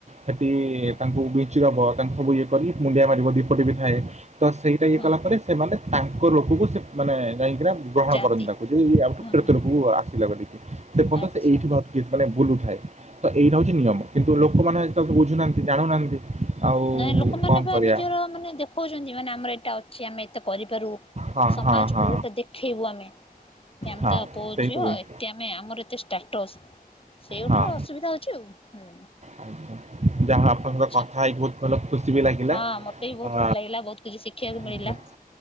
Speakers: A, on the right (about 45°); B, on the left (about 35°).
A: ସେଠି
B: ହଁ।
A: ତାଙ୍କୁ ବିଞ୍ଚିଦବ ତାଙ୍କୁ ସବୁ ଇଏ କରି ମୁଣ୍ଡିଆ ମାରିବ ଦୀପଟି ବି ଥାଏ। ତ ସେଇଟା ଇଏ
B: ହଁ
A: କଲା ପରେ ସେମାନେ ତାଙ୍କ ଲୋକକୁ ସେ ମାନେ ଯାଇଁକିଣା। ଗ୍ରହଣ
B: ଯାଆନ୍ତି
A: କରନ୍ତି ତାଙ୍କୁ ଯାଇ ଆମ
B: ହଁ
A: ପ୍ରେତ
B: ହଁ
A: ଲୋକକୁ ଆସିଲା ବୋଲି କି ସେ ପର୍ଯ୍ୟନ୍ତ
B: ଆଚ୍ଛା।
A: ସେ ଏଇଠି କି ମାନେ ବୁଲୁଥାଏ ତ ଏଇଟା ହଉଛି ନିୟମ କିନ୍ତୁ ଲୋକମାନେ ଆଜି ତା ବୁଝୁନାହାନ୍ତି ଜାଣୁନାହାନ୍ତି। ଆଉ
B: ନାଁହି ଲୋକମାନେ
A: କଣ
B: ବା
A: କରିବା
B: ନିଜର ମାନେ ଦେଖଉଛନ୍ତି ମାନେ ଆମର ଏଇଟା ଅଛି ଆମେ ଏତେ କରିପାରୁ।
A: ହଁ
B: ସମାଜକୁ
A: ହଁ ହଁ
B: ଗୋଟେ ଦେଖେଇବୁ ଆମେ କି ଆମେ
A: ହଁ
B: ତା ପୁଅ,
A: ସେଇ
B: ଝିଅ
A: ତ ଜିନିଷ
B: ଏ। ଆମେ ଆମର ଏତେ ଷ୍ଟାଟସ୍! ସେଇଗୋଟା
A: ହଁ।
B: ଅସୁବିଧା ହଉଛି ଆଉ ହୁଁ!
A: ଆଜ୍ଞା ଯାହା ହଉ ଆପଣଙ୍କ
B: ଆଛା
A: କଥା ହେଇକି ବହୁତ ଭଲ ଖୁସି ବି ଲାଗିଲା
B: ହଁ ମତେ ବି ବହୁତ
A: ଆ
B: ଭଲ ଲାଗିଲା! ବହୁତ କିଛି ଶିଖି! ଶିଖିବାକୁ
A: ଠିକ୍
B: ମିଳିଲା!
A: ଅଛି